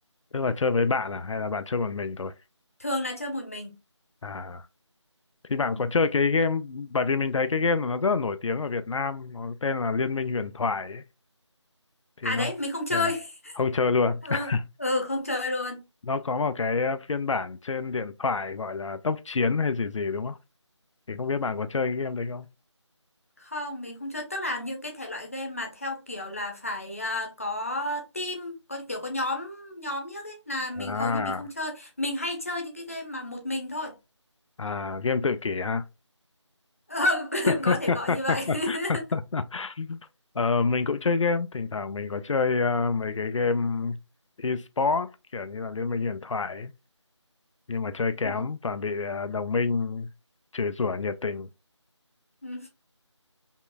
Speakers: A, on the left (about 80°); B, on the left (about 30°).
A: Tức là chơi với bạn à hay là bạn chơi một mình thôi?
B: thường là chơi một mình
A: À, thì bạn
B: ừ.
A: có chơi cái game bởi vì mình thấy cái game này nó rất là nổi tiếng ở Việt Nam, nó tên là Liên minh huyền thoại ấy. Thì
B: à
A: nó
B: đấy mình không chơi
A: à, không chơi luôn.
B: <laughs> ừ,
A: <laughs>
B: ừ không chơi luôn
A: Nó có một cái ờ, phiên bản trên điện thoại gọi là tốc chiến hay gì gì đúng không? Thì không biết bạn có chơi cái game đấy không?
B: Không, mình không chơi. Tức là những cái thể loại game mà theo kiểu là phải à, có team, có kiểu có nhóm nhóm nhất ấy là mình
A: À,
B: hầu như mình không chơi. Mình hay chơi những cái game mà một mình thôi.
A: à game tự kỷ ha.
B: Ừ, <laughs>
A: <laughs>
B: có thể gọi như vậy. <laughs>
A: Ờ, mình cũng chơi game, thỉnh thoảng mình có chơi ờ, mấy cái game e-sport kiểu như là Liên minh huyền thoại ấy. nhưng mà chơi kém
B: Ừ.
A: toàn bị à, đồng minh chửi rủa nhiệt tình
B: ừ.